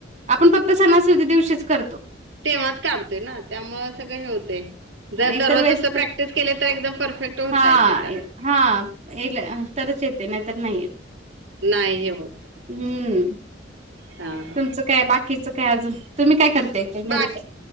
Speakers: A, on the right (about 40°); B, on the right (about 75°).
A: आपण फक्त सणासुदी दिवशीच करतो.
B: तेव्हाच काढतोय ना त्यामुळं सगळं हे होतंय. जर
A: इतर
B: दररोज
A: वेळेस
B: असं
A: तर
B: प्रॅक्टिस केलं तर एकदम परफेक्ट होता
A: हा
B: येतंय त्यात.
A: हा येल तरच येते नाहीतर नाही येत.
B: नाय हे होत.
A: हम्म
B: हा हा
A: तुमचं काय बाकीचं काय अजून तुम्ही काय करताय काय
B: बाकी
A: घरीच?